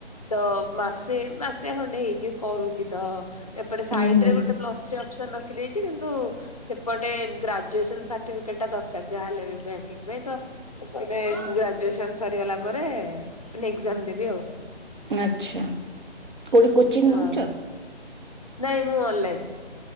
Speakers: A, on the left; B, on the right.
A: ତ ମାସେ ମାସେ ଖଣ୍ଡେ ହେଇଛି କରୁଛି ତ। ଏପଟେ ସାଇଡ
B: ହୁଁ ହୁଁ
A: ରେ ଗୋଟେ
B: ହୁଁ
A: ପ୍ଲ ଥ୍ରୀ ଅପସନ ଅ ଛି କିନ୍ତୁ ସେପଟେ ଗ୍ରାଜୁଏସନ ସାର୍ଟିଫିକେଟ ଟା ଦରକାର ଯାହାହଲେ ବି ସେଇଥିପାଇଁ ତ ଏବେ ଗ୍ରାଜୁଏସନ ସରିଗଲା ପରେ ଏଗ୍ଜାମ ଦେବି ଆଉ।
B: ଆଛା କୋଉଠି କୋଚିଂ
A: ହଁ
B: ନଉଛ।
A: ନାଇଁ ମୁଁ ଅନଲାଇନ୍।